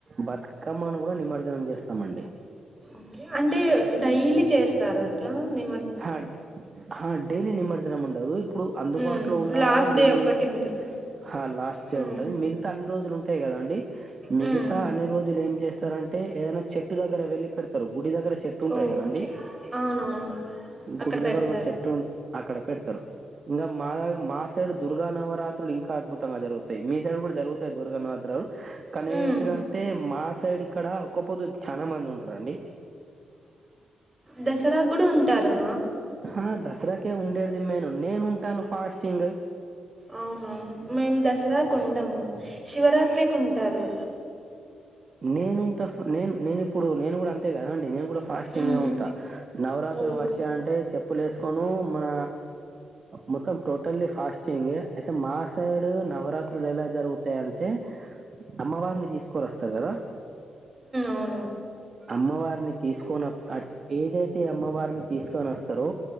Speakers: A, on the right; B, on the right.
A: బతుక కమ్మన్ కూడా నిమజ్జనం చేస్తామండి
B: ఓకే. అంటే డైలీ చేస్తారు అట్లా ని
A: హ హా డైలీ నిమ్మజ్జనం ఉండదు ఇప్పుడు అందుబాటులో
B: హ్మ్.
A: ఉన్నవారు
B: లాస్ట్
A: డైలీ
B: డే ఒక్కటి
A: నిమ్
B: ఉంటుంది.
A: హా లాస్ట్
B: హ్మ్.
A: డే ఉంటది మిగతా అన్ని రోజులు ఉంటాయి కదా అండి మిగతా
B: హ్మ్.
A: అన్ని రోజులు ఏం చేస్తారంటే ఏదనా చెట్టు దగ్గర వెళ్లి పెడతారు గుడి దగ్గర చెట్ టుంటంది
B: ఓకే.
A: కదా అండి
B: అవునవును. అక్కడ
A: గుడి దగ్గర
B: పెడతారు.
A: ఒక చెట్టున్ అక్కడ పెడతారు ఇంగ మా మా సైడ్ దుర్గా నవరాత్రులు ఇంకా అద్భుతంగా జరుగుతాయి మీ సైడ్ కూడా జరుగుతాయి దుర్గా నవరాత్రలు కానీ
B: హ్మ్.
A: ఏంటిదంటే మా సైడ్ ఇక్కడ ఒకపోదు చాలా మంది ఉంటారండి
B: దసరా గుడ ఉంటారా
A: ఆ దసరాకే ఉండేది మేను నేను ఉంటాను ఫాస్టింగ్
B: అవున మేము దసరా కొండము శివరాత్రి కొంటారు
A: నేనుంట నేను నేను ఇప్పుడు నేను కూడా అంతే కద అండి నేను కూడా ఫాస్టింగ్గా
B: హ్మ్.
A: ఉంటా నవరాత్రులు
B: ఓహ్!
A: వచ్చాయంటే చెప్పులు వేసుకొను మన మొత్తం టోటల్లీ ఫాస్టింగ్ అయితే మా సైడు నవరాత్రులు ఎలా జరుగుతాయంటే అమ్మవారిని తీసుకోనస్తారు కదా
B: అవును
A: అమ్మవారిని తీసుకొని ఏదైతే అమ్మవారిని తీసుకొని వస్తారో